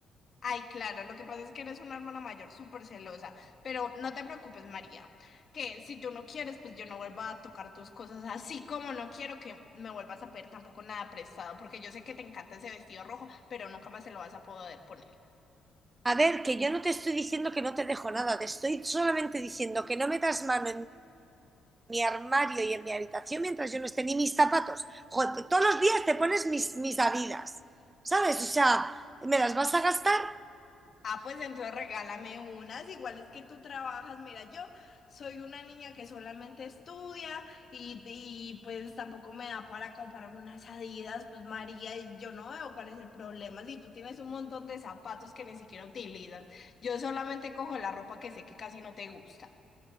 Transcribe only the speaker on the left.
Ay, claro, lo que pasa es que eres una hermana mayor súper celosa, pero no te preocupes, María, que si tú no quieres, pues yo no vuelvo a tocar tus cosas, así como no quiero que me vuelvas a pedir tampoco nada prestado, porque yo sé que te encanta ese vestido rojo, pero nunca más se lo vas a poder poner.
Ah, pues entonces regálame unas, igual es que tú trabajas. Mira, yo soy una niña que solamente estudia y, y, pues tampoco me da para comprarme unas Adidas. Pues María, y yo no veo cuál es el problema. Si tú tienes un montón de zapatos que ni siquiera utilizas, yo solamente cojo la ropa que sé que casi no te gusta.